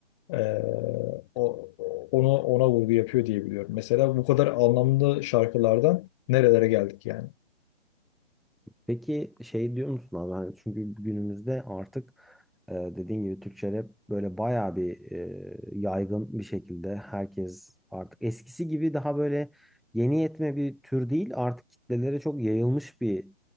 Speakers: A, on the left; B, in the centre.
A: Ee, o, onu ona vurgu yapıyor diye biliyorum. Mesela bu kadar anlamlı şarkılardan nerelere geldik yani?
B: Peki şey diyor musun abi? Hani çünkü günümüzde artık e, dediğin gibi Türkçe rap böyle bayağı bir e, yaygın bir şekilde herkes artık eskisi gibi daha böyle yeni yetme bir tür değil artık kitlelere çok yayılmış bir